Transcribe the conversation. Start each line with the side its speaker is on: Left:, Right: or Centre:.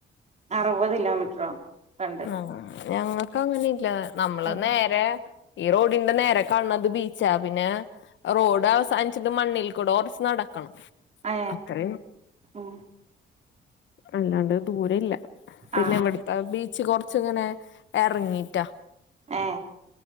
Right: അറുപത് കിലോമീറ്ററോ ഒക്കെണ്ട്
Left: ആ ഞങ്ങൾക്ക് അങ്ങനെ ഇല്ല നമ്മള്
Right: ഉം
Left: നേരെ ഈ റോഡിന്റെ നേര കണ്ണത് ബീച്ചാ പിന്നെ റോഡ് അവസാനിച്ചിട്ട് മണ്ണിൽ കൂടെ കുറച്ച് നടക്കണം
Right: ഏ
Left: അത്ര
Right: ഉം
Left: അല്ലാണ്ട് ദൂര ഇല്ല പിന്നെ
Right: ആ
Left: ഇവിടുത്തെ ബീച്ച് കൊറച്ച് ഇങ്ങനെ ഇറങ്ങീട്ടാ
Right: എ